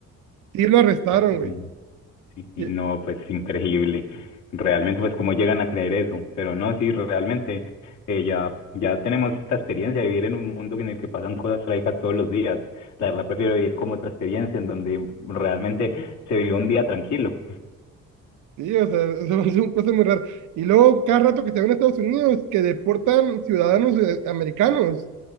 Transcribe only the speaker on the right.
sí lo arrestaron,
güey.
Y-
Sí, o sea, <laughs> son son cosas muy raras. Y luego, cada rato que se ven a Estados Unidos, que deportan ciudadanos eh, americanos,